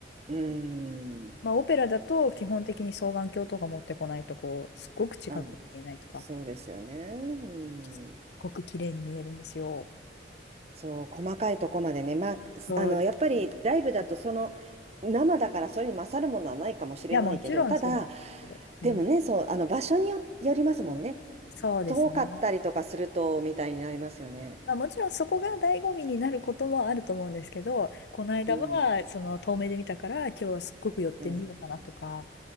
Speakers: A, on the right; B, on the left.
A: うん、
B: まあ、オペラだと基本的に双眼鏡とか持ってこないと、こう、すっごく近く見えないとか。
A: うん、そうですよね。うん
B: すっごく綺麗に見えるんですよ。
A: そう、細かいとこまでね、まあ、
B: そう。
A: あの、
B: い
A: やっぱりライブだと、その、生だからそれに勝るものはないかもしれないけど、
B: や、もちろんそうなんですけど。
A: ただ、
B: うん。
A: でもね、そう、あの、場所によ、よりますもんね。
B: そうですね。
A: 遠かったりとかすると、みたいになりますよね。
B: まあ、もちろんそこが醍醐味になることもあると思うんですけど、この間はその遠目で見たから今日はすっごく寄ってみようかなとか、
A: うん、うん、